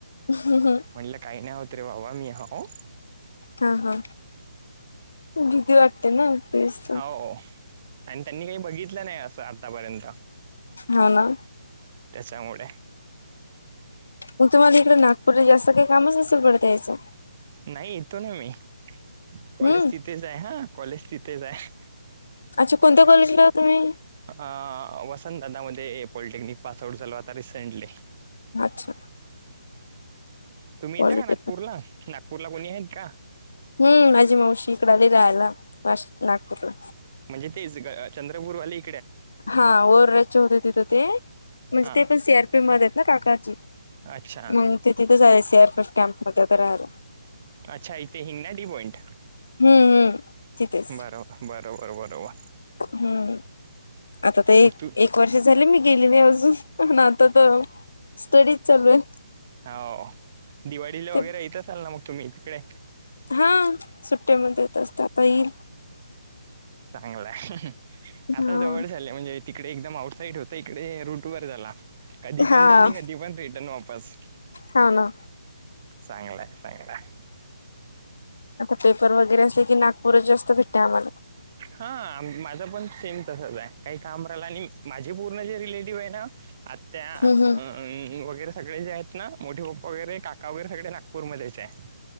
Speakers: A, on the left (about 70°); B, on the right (about 30°).
A: ह ह हं
B: म्हटलं काही नाही होत रे बाबा मी अहो
A: हा हा भीती वाटते ना तस
B: हो आणि त्यांनी काही बघितलं नाही असं आतापर्यंत
A: हो ना
B: त्याच्यामुळे
A: मग तुम्हाला इकडे नागपूरला जास्त काही कामच नसेल पडत याचं
B: नाही येतो ना मी कॉलेज
A: हम्म
B: तिथेच आहे हा कॉलेज तिथेच आहे
A: अच्छा कोणत्या कॉलेजला हा तुम्ही
B: अ वसंतदादामध्येध्ये पॉलिटेक्निक पास आउट झाल आता रिसेंटली
A: अच्छा
B: तुम्ही
A: पॉलिटेक्निक
B: यता का नागपूरला नागपूरला कोणी आहेत का
A: हम्म माझी मावशी इकड आली राहायला मा नागपूरला
B: म्हणजे तेच चंद्रपूरवाली
A: हा ओर्रचे होते तिथं ते म्हणजे
B: हां
A: ते पण सी आरपी मध्ये ना काकाची
B: अच्छा
A: मग तिथेथच झा सी आर फर्स कॅम्प मध्ये तर राहल
B: अच्छा इथे हिंग ना डी पॉइंट
A: हम्म हम्म तिथेच
B: बरोबर बरोबर बरोबर
A: हम्म आता तर एक
B: मग तू
A: एक वर्ष झाले मी गेली नाही अजून प आता तर स्टडीज चालू आहे
B: होा दिवाळीला
A: ते
B: वगैरे येत असाल ना मग तुम्ही तिकडे
A: हा सुट्टेमध्ये येत असतात येईल
B: चांगलाय आता
A: हा
B: जवढ झाचाली आहे म्हणजे तिकडे एकदम आउटसाईड होत इकडे रूट वर झाला कधी पण
A: हा
B: जा आणि कधी पण रिटर्न वापस
A: हा ना
B: चांगलंय चांगलाय
A: आता पेपर वगैरे असे की नागपूरच जास्त भेटत आम्हाला
B: हा माझं पण सेम तसच आहे काही काम राहिलं आणि माझे पूर्ण जे रिलेटिव्ह आहे ना आत्या अं
A: हम्म हम्म
B: अं वगैरे सगळे जे आहेत ना मोठे पप् वगैरे काका वगैरे सगळे नागपूरमध्येध्येच आहे